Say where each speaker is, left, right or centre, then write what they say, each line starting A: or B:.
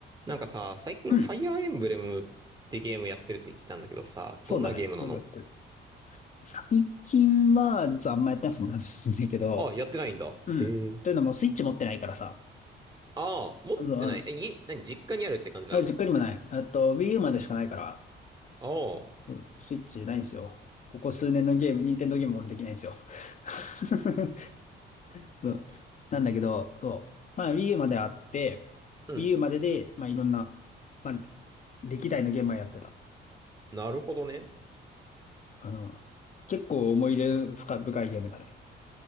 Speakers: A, on the right; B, on the left.
A: なんかさ、最近ファイアーエンブレムってゲームやってるって聞いたんだけどさ、
B: うん。そうだね。
A: どんなゲームなの
B: よくやってる。最近は、実はあんまやってないってるんですけど、
A: あ、やってないんだ。
B: うん。
A: へえ。
B: というのも、スイッチ持ってないからさ。
A: ああ、持ってない。
B: あの、あの
A: え、家、何、実家にあるって感じなの
B: あ実家にもない。あと、Wii U までしかないから、
A: <laughs> ああ、
B: うん、スイッチないんですよ。ここ数年のゲーム、任天堂ゲーム俺できないんですよ。<laughs> そうなんだけど、そう。まあ、Wii U まであって、
A: うん。
B: Wii U までで、まあ、いろんな、まあ、歴代のゲームはやってた。
A: なるほどね。
B: あの、結構思い入れ深い、深いゲームだね。